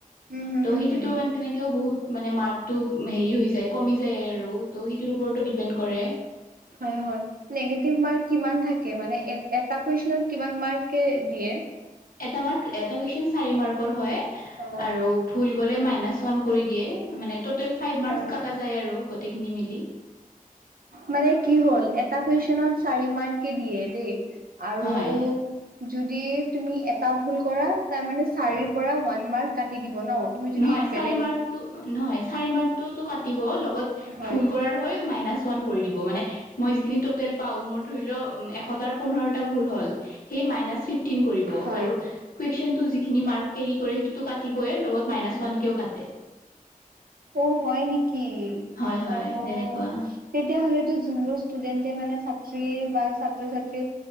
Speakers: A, on the right (about 85°); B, on the left (about 80°).
A: হুম হুম
B: ত'
A: হুম
B: সেইটোতো
A: হুম
B: তেনেকৈও বহুত মানে মাৰ্কটো হেৰি হৈ যায় কমি যায় আৰু ত' সেইটোৰ ওপৰতো ডিপেণ্ড কৰে।
A: হয় হয়, নিগেটিভ মাৰ্ক কিমান থাকে, মানে এটা কুইচনত কিমান মাৰ্ক কে দিয়ে?
B: এটা মাৰ্ক, এটা কুৱেচন চাৰি মাৰ্কৰ হয়
A: অ
B: আৰু ভুল গ'লে মাইনাচ ওৱান কৰি দিয়ে। মানে টটেল ফাইভ মাৰ্কচ
A: অ
B: কাটা যায় আৰু গোটেইখিনি মিলি
A: মানে কি হ'ল এটা কুৱেচনত চাৰি মাৰ্ক দিয়ে দেই। আৰু
B: হয়।
A: যদি তুমি এটা ভুল কৰা তাৰমানে চাৰিৰপৰা ওৱান মাৰ্ক কাটি দিব ন'? তুমি যদি
B: নহয়
A: বেলেগ
B: চাৰি মাৰ্কটো নহয় চাৰি মাৰ্কটোতো কাটিব লগত
A: হয়
B: ভুল কৰাৰ হয় মাইনাচ ওৱান কৰি দিব মানে মই যিখিনি টোটেল পাওঁ মোৰ ধৰি লও এশটাৰ পোন্ধৰটা ভুল হ'ল সেই মাইনাছ ফিফটিন কৰিব
A: হয়
B: আৰু কুইছনটো যিখিনি কেৰি কৰে সেইটোতো কাটিবই মাইনাছ ওৱান কেও কা তে
A: অ' হয় নেকি?
B: হয় হয়
A: অ'।
B: তেনেকুৱা
A: তেতিয়াহ'লেতো যোনবোৰ ষ্টুডেণ্টে মানে ছাত্ৰ বা ছাত্ৰ ছাত্ৰী